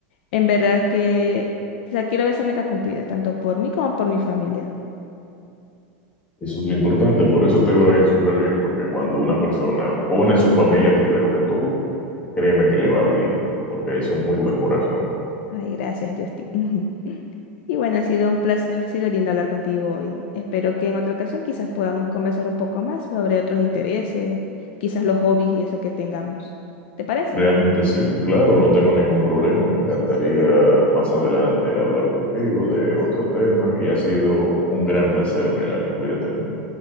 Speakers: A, on the left (about 65°); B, on the left (about 20°).
A: en verdad que quizás quiero ver esa meta cumplida, tanto por mí como por mi familia.
B: Eso es lo importante, por eso te va a ir súper bien, porque cuando una persona pone a su familia primero que todo, créeme que le va bien, porque es un muy buen corazón.
A: Ay, gracias, Justin. <laughs> Y bueno, ha sido un placer, ha sido lindo hablar contigo hoy. Espero que en otra ocasión quizás podamos conversar un poco más sobre otros intereses, quizás los hobbies y eso que tengamos. ¿Te parece?
B: Realmente sí, claro, no tengo ningún problema. Me encantaría más adelante hablar contigo de otro tema y ha sido un gran placer, Melanie. Cuídate mucho.